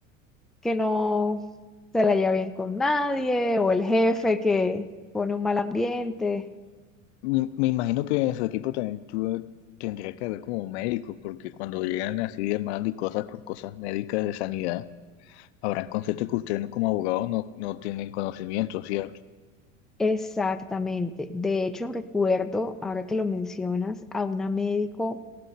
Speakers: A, in the centre; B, on the left.
A: que no se la lleva bien con nadie o el jefe que pone un mal ambiente.
B: Me, me imagino que en su equipo también tuvo- tendría que haber como un médico, porque cuando llegan así demanda y cosas por cosas médicas de sanidad, habrán conceptos que ustedes no- como abogados no, no tienen conocimiento, ¿cierto?
A: Exactamente. De hecho, recuerdo, ahora que lo mencionas, a una médico,